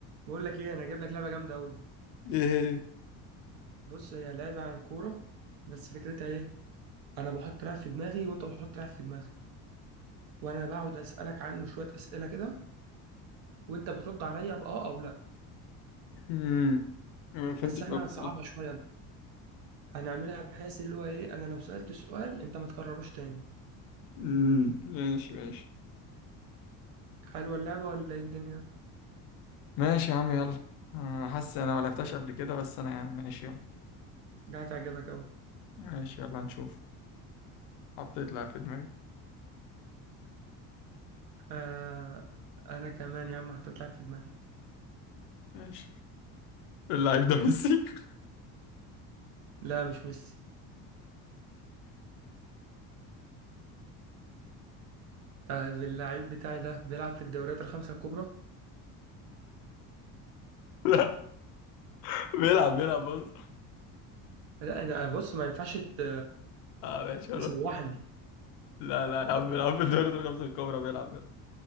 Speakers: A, on the right; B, on the left.
A: بقول لك ايه انا جايب لك لعبه جامده قوي
B: ايه هي
A: بص هي لعبه عن الكوره بس فكرتها ايه انا بحط لاعب في دماغي وانت بتحط لاعب في دماغك وانا بقعد اسالك عنه شويه اسئله كده وانت بترد عليا باه او لا
B: امم ما فهمتش
A: بس احنا
B: قوي
A: هنصعبها
B: بصراحة
A: شويه بقى هنعملها بحيث اللي هو ايه انا لو سالت سؤال انت ما تكرروش تاني
B: امم ماشي ماشي
A: حلوه اللعبه ولا ايه الدنيا
B: ماشي يا عم يلا آه، حاسس انا ما لعبتهاش
A: يلا
B: قبل كده بس انا يعني ماشي يلا
A: ده هتعجبك قوي
B: ماشي يلا هنشوف حطيت لعب في دماغي
A: آه انا كمان يا عم حطيت لاعب في دماغي
B: ماشي اللعيب ده ميسي <laughs>
A: لا مش ميسي طيب اللعيب بتاعي ده بيلعب في الدوريات الخمسه الكبرى
B: لا بيلعب بيلعب بص
A: لا انا بص ما ينفعش ت-
B: اه ماشي خلاص
A: تسوحني
B: لا لا يا عم بيلعب في الدوري الخمسة الكبرى بيلعب بيلعب